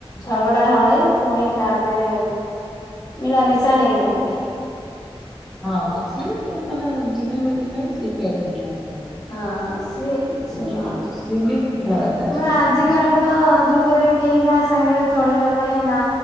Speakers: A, on the left (about 35°); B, in the centre.
A: ଝଗଡ଼ା ହଏ ପୁଣି ତାପରେ ମିଳାମିଶା ହେଇଯାନ୍ତି।
B: ହଁ ସିଏ ମାନେ ଦିନେ ଦୁଇ ଦିନ ପାଇଁ ସିଏ <unintelligible>
A: ହଁ ସିଏ କିଛି
B: ଆଉ
A: ନୁହଁ
B: ସେମିତି ଧରାଯାଏ
A: ନା ଆଜିକାଲି
B: ହଁ।
A: ତ ଯୁଗରେ କେହି କାହା ସାଙ୍ଗରେ ଚଳିବା ପାଇଁ ନା